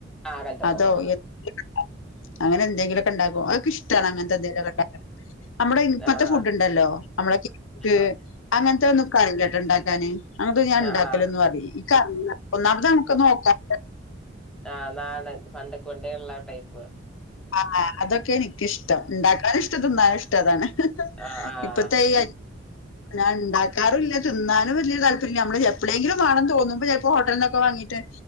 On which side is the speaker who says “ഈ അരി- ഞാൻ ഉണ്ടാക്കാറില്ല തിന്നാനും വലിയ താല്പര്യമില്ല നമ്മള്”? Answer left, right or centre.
Left